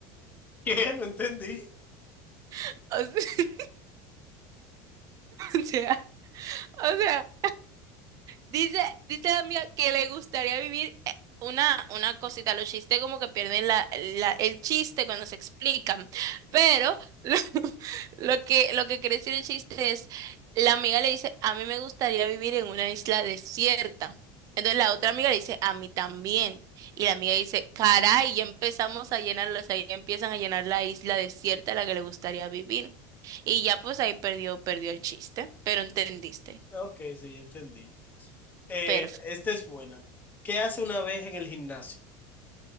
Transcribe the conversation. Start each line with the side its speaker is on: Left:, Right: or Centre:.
Left: ¿Qué? No entendí.
Right: <laughs> O sea, <laughs> o sea, o sea. Dice, dice la amiga que le gustaría vivir eh, una, una cosita. Los chistes como que pierden la, la- el chiste cuando se explican. Pero <laughs> lo, lo que, lo que quiere decir el chiste es, la amiga le dice, a mí me gustaría vivir en una isla desierta. Entonces la otra amiga le dice, a mí también. Y la amiga dice, caray, ya empezamos a llenarla, o sea, ya empiezan a llenar la isla desierta a la que le gustaría vivir. Y ya pues ahí perdió, perdió el chiste, pero entendiste.
Left: Ok, sí, ya entendí. Eh,
Right: Perfecto.
Left: esta es buena. ¿Qué hace una vez en el gimnasio?